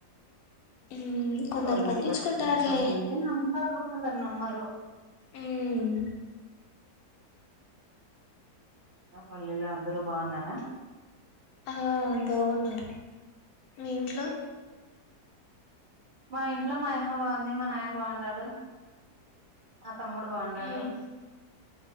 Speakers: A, on the left (about 70°); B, on the right (about 85°).
A: మ్మ్ కొందరు
B: అవన్నీ
A: పట్టించుకుంటారులే
B: బట్టించుకుంటారు అంటే నమ్ముతారు కొందరు నమ్మరు
A: ఊమ్
B: మ పల్లె లో అందరు బాగున్నార
A: ఆహా బాగున్నారు మీ ఇంట్లో
B: మా ఇంట్లో మాయమ్మ బాగుంది మా నాయన బాగున్నాడు తమ్ముడు బాగుండాడు
A: మ్మ్